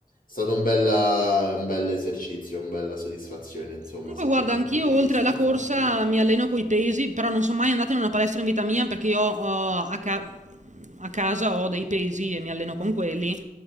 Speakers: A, on the left (about 80°); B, on the right (about 60°).
A: è stato un bel, un bel esercizio, una bella soddisfazione, insomma,
B: Comunque
A: su
B: guarda,
A: quel punto
B: anch'io
A: di
B: oltre
A: vista,
B: alla
A: infatti.
B: corsa mi alleno coi pesi, però non son mai andata in una palestra in vita mia perché io ho a ca a casa ho dei pesi e mi alleno con quelli.